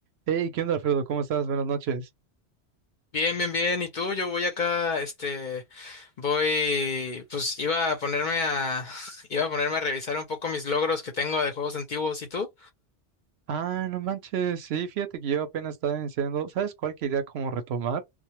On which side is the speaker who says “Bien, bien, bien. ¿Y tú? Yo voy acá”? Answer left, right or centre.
Left